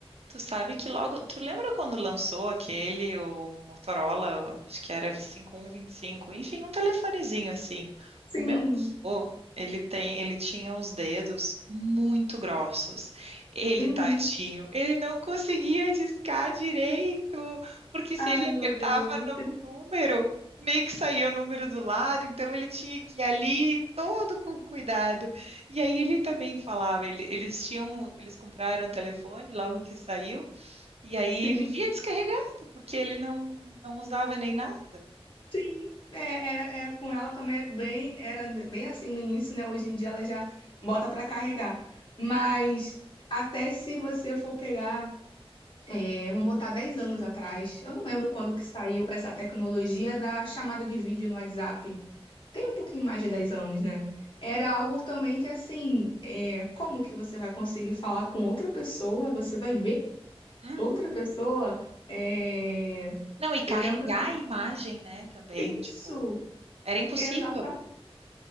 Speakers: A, on the right; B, on the left.
A: Tu sabe que logo. Tu lembra quando lançou aquele, o Motorola, acho que era 5125, enfim, um telefonezinho assim.
B: Sim.
A: O meu avô, ele tem, ele tinha os dedos muito grossos. Ele,
B: Uhum.
A: tadinho, ele não conseguia discar direito, porque se
B: Ai,
A: ele apertava
B: meu Deus.
A: num número, meio que saía o número do lado, então ele tinha que ir ali todo com cuidado. E aí ele também falava, ele- eles tinham, eles compraram um telefone logo que saiu, e aí
B: Sim.
A: vivia descarregado, porque ele não, não usava nem nada.
B: Sim. É, era, é, com ela também é bem, era bem assim no início, né? Hoje em dia ela já bota pra carregar. Mas até se você for pegar, é, vamos botar 10 anos atrás, eu não lembro quando que saiu essa tecnologia da chamada de vídeo no WhatsApp. Tem um pouquinho mais de 10 anos, né? Era algo também que assim, é, como que você vai conseguir falar com outra pessoa? Você vai ver
A: Uhum.
B: outra pessoa? É,
A: Não, e carregar
B: Eu lembro que
A: a imagem, né, também,
B: isso,
A: tipo, era impossível.
B: exatamente.